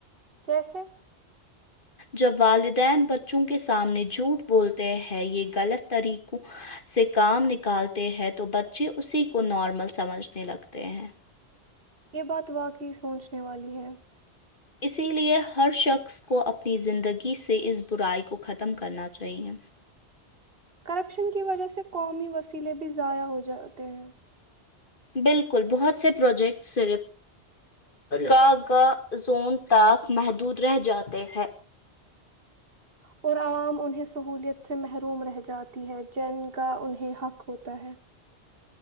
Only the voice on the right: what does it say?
کیسے
یہ بات واقعی سوچنے والی ہے
کرپشن کی وجہ سے قومی وسیلے بھی ضائع ہو جاتے ہیں
اور عوام انہیں سہولیت سے محروم رہ جاتی ہے جن کا انہیں حق ہوتا ہے